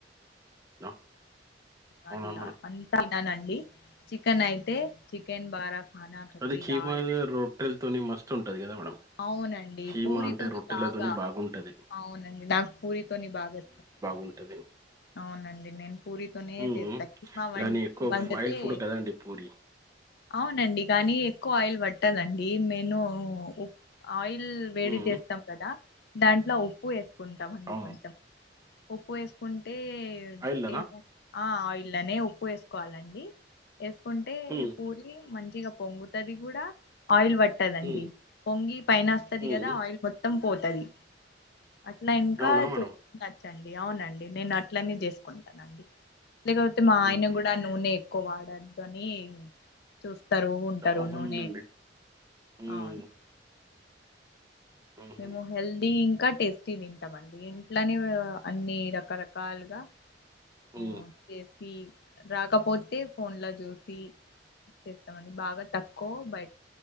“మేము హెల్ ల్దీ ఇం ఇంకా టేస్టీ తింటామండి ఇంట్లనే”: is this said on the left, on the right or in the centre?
Left